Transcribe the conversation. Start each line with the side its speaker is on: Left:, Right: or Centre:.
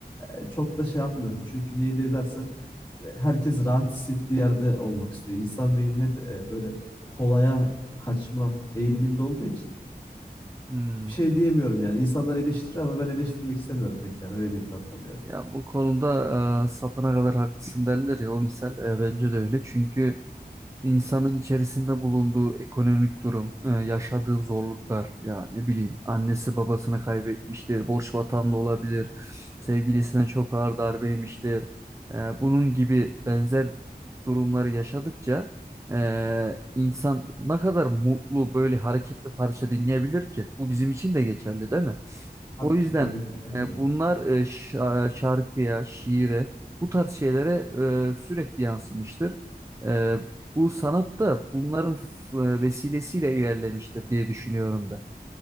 Left: e, çok da şey yapmıyorum. Çünkü niye diye dersen e, herkes rahat hissettiği yerde olmak istiyor. İnsan beyni hep e, böyle kolaya kaçma eğiliminde olduğu için
Right: Hmm.
Left: bir şey diyemiyorum yani. İnsanlar eleştiriyor ama ben eleştirmek istemiyorum pek yani. Öyle diyeyim kankam yani.
Right: Ya bu konuda e, sapına kadar haklısın derler ya o misal e, bence de öyle. Çünkü İnsanın içerisinde bulunduğu ekonomik durum, e, yaşadığı zorluklar, ya ne bileyim annesi babasını kaybetmiştir, borç batağında olabilir, sevgilisine çok ağır darbe yemiştir. E, Bunun gibi benzer durumları yaşadıkça e, insan ne kadar mutlu böyle hareketli parça dinleyebilir ki? Bu bizim için de geçerli değil mi?
Left: Tabii
Right: O yüzden
Left: ki. Tabii ki bence
Right: e,
Left: de.
Right: bunlar e, şa- şarkıya, şiire, bu tarz şeylere e, sürekli yansımıştır. E, bu sanat da bunların f- e, vesilesiyle ilerlemiştir diye düşünüyorum ben.